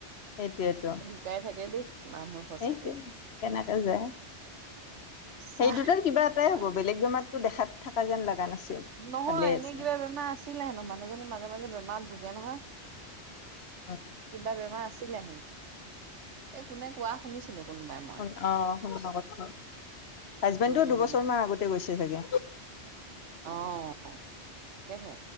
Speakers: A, on the left; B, on the right.
A: সেইটোৱেতো।
B: শুকাই থাকে দেই মানুহ। সঁচাকে
A: সেইটোৱে কেনেকে যায়,
B: চাহ
A: সেই দুটাৰ কিবা এটাই
B: তাহ
A: হ'ব বেলেগ বেমাত টো দেখাত থকা যেন লগা নাছিল।
B: নহয়
A: ভালে
B: এনেই
A: আছে
B: কিবা বেমাৰ আছিলে হেনো, মানুহজনী মাজে মাজে বেমাৰত ভোগে নহয়।
A: শুন
B: কিবা বেমাৰ আছিলে, এই কোনে কোৱা শুনিছিলো। কোনোবাই মই
A: ন অ শুন ক হাজবেণ্ডটো
B: উম
A: দুবছৰ মান আগতে গৈছে চাগে।
B: অ', তাকেহে।